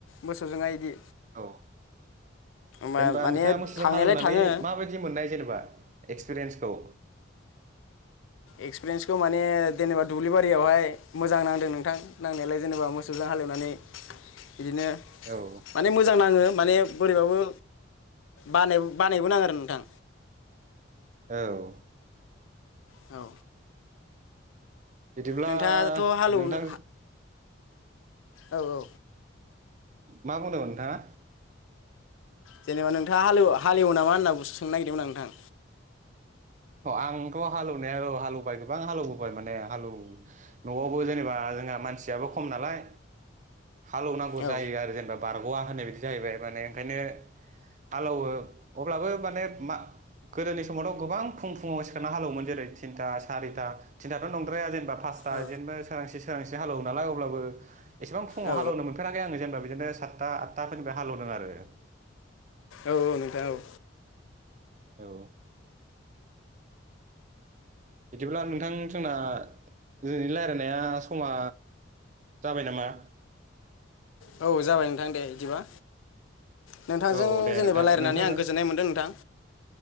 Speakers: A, on the left (about 80°); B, on the right (about 40°).
A: मोसौजोंहाय इदि
B: औ
A: मा-
B: जेनेबा
A: माने
B: नोंथांङा मोसौजों
A: थांनायलाय
B: हालेवनानै
A: थाङो
B: माबाय दि मोननाय जेनिबा एक्सपिरेन्सखौ
A: एक्सपिरेन्सखौ माने जेनेबा दुब्लि बारियावहाय मोजां नांदों नोंथां नांनायालाय जेनेबा मोसौजों हाल एवनानै बिदिनो
B: औ
A: माने ओ मोजां नांङो माने बोरैबाबो बानायबो बानायबो नांङो आरो नोंथां
B: औ
A: औ
B: बिदिब्ला
A: नोंथांआथ' हालेवनो
B: नोंथां
A: औ औ
B: मा बुंदोंमोन नोंथांआ
A: जेनेबा नोंथांङा हालेवो हालेवो नामा होनना बुंनो सोंनो नागिरदोंमोन आं नोंथां
B: अ आंथ' हालौवनाया औ हालौवबाय गोबां हालौवबोबाय माने हालौव न'आवबो जेनेबा जोंहा मान <inaudible> सियाबो खम नालाय हालौवनांगौ
A: औ
B: जायो आरो जेनबा बार अ आं होननाय बायदि जाहैबाय माने ओंखायनो हालौवो अब्लाबो माने मा गोदोनि समावथ' गोबां फुं फुङाव सिखारना हालौवोमोन जेरै तिनथा सारिता थिनथाथ' नंद्राया जेनेबा पासता
A: औ
B: इदिनो जेनेबा सोरांसि सोरां सि हालौवो नालाय अब्लाबो एसेबां फुङाव
A: औ
B: हालौवनो मोनफेराखै आङो जेनेबा बिदिनो सातथा आठथाफोरनिफ्राय हालौवदों आरो <inaudible>
A: औ औ नोंथां औ
B: औ बिदिब्ला नोंथां जोंना दिनैनि रायलायनाया समा जाबाय नामा?
A: औ जाबाय नोंथां दे इदिबा नोंथांजों
B: औ दे
A: जेनेबा
B: नोंथां
A: रायलायनानै
B: नोंथांजों
A: आं गोजोननाय मोनदों नोंथां